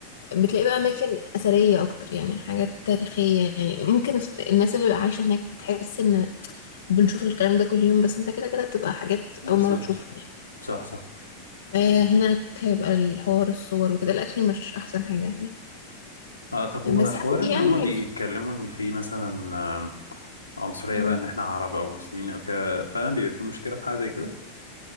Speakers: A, on the left; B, on the left.
A: بتلاقي بقى أماكن أثرية أكتر يعني حاجات تاريخية يعني ممكن الناس اللي عايشة هناك بتحس إن بنشوف الكلام ده كل يوم بس أنت كده كده بتبقى حاجات
B: بالظبط
A: أول مرة تشوفها يعني
B: صح صح
A: فهناك هيبقى الحوار الصور وكده الأكل مش أحسن حاجة هناك
B: آه طب هو
A: بس
B: حوار
A: عادي
B: ان
A: يعني
B: هما بيتكلموا
A: في
B: ان في مثلا آه، عنصرية
A: مم.
B: بقى ان احنا عرب او مسلمين او كده فعلا بيبقى في مشكلة في حاجة زي كده